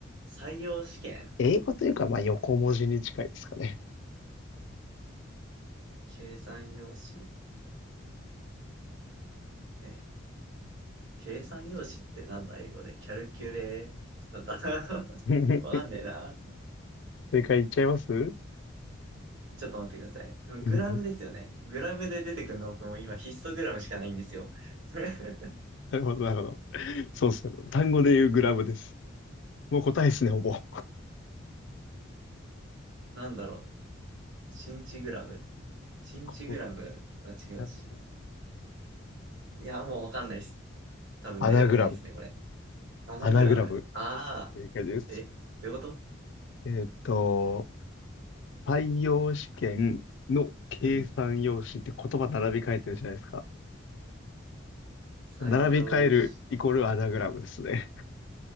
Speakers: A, on the right (about 60°); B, on the left (about 65°).
A: 採用試験。
B: 英語というか、まあ、横文字に近いですかね。
A: 計算用紙。え計算用紙ってなんだ英語で。キャルキュレー、なんだ <laughs>
B: <laughs>
A: わかんねえな。
B: 正解いっちゃいます
A: ちょっと待ってください。でもグラムですよね。
B: うん
A: グラムで出てくるの僕も今ヒストグラムしかないんですよ。<laughs>
B: なるほど、なるほど。そうっすね。単語で言うグラムです。もう答えですね、ほぼ。
A: なんだろう。シンチグラム。シンチグラムは違うし。
B: 言葉選びが
A: いや、もうわかんないっす。多分出てこないっすね、
B: アナグラム。
A: これ。アナグラム。
B: アナグラム。
A: ああ。
B: 正解です。
A: え、どういうこと
B: えっと、採用試験の計算用紙って言葉並び替えてるじゃないですか。
A: うん。採用し、
B: 並び替えるイコールアナグラムですね。